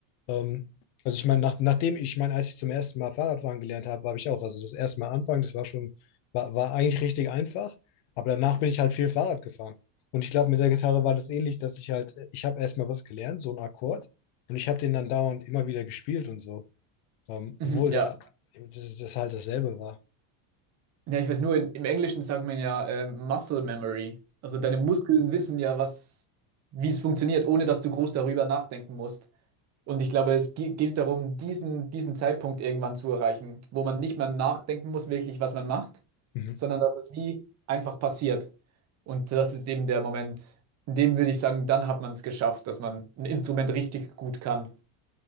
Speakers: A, on the left; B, on the right.
A: Ähm, also ich meine, nach, nachdem ich, ich meine, als ich zum ersten Mal Fahrradfahren gelernt habe, habe ich auch, also das erste Mal anfangen, das war schon, war, war eigentlich richtig einfach, aber danach bin ich halt viel Fahrrad gefahren. Und ich glaube, mit der Gitarre war das ähnlich, dass ich halt, äh, ich habe erstmal was gelernt, so einen Akkord, und ich habe den dann dauernd immer wieder gespielt und so. Ähm,
B: Mhm,
A: obwohl
B: ja.
A: der, das, das halt dasselbe war.
B: Ja, ich weiß nur, in, im Englischen sagt man ja ähm, Muscle Memory. Also deine Muskeln wissen ja, was, wie es funktioniert, ohne dass du groß darüber nachdenken musst. Und ich glaube, es ge- geht darum, diesen, diesen Zeitpunkt irgendwann zu erreichen, wo man nicht mehr nachdenken muss, wirklich, was man macht,
A: <laughs>
B: sondern dass es wie einfach passiert. Und das ist eben der Moment, in dem würde ich sagen, dann hat man es geschafft, dass man ein Instrument richtig gut kann.